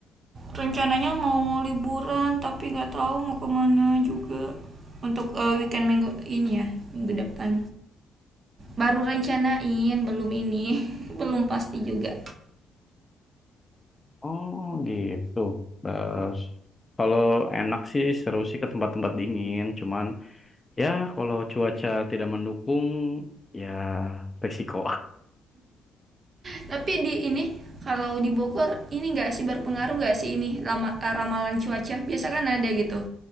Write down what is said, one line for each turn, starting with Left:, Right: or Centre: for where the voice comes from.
Right: Rencananya mau liburan tapi nggak tahu mau kemana juga untuk eh, weekend minggu ini ya minggu depan. Baru rencanain belum ini <laughs> belum pasti juga.
Left: Oh gitu. Terus kalau enak sih seru sih ke tempat-tempat dingin, cuman ya kalau cuaca tidak mendukung ya resiko.
Right: Tapi di ini kalau di Bogor ini nggak sih berpengaruh nggak sih ini lama, eh, ramalan cuaca? Biasa kan ada gitu.